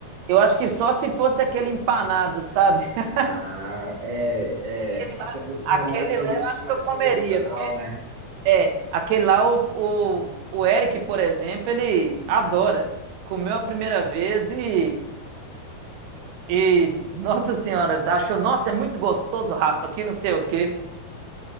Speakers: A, on the right (about 80°); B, on the right (about 20°).
A: Eu acho que só se fosse aquele empanado, sabe? <laughs>
B: Ah, é,
A: Aquele
B: é,
A: lá,
B: se aproxima
A: aquele
B: mais de um
A: lá
B: gosto
A: eu acho
B: mais
A: que eu comeria.
B: convencional, né?
A: É, aquele lá, o, o, o Eric, por exemplo, ele adora. Comeu a primeira vez e, e, nossa senhora, achou, nossa, é muito gostoso, Rafa, que não sei o quê.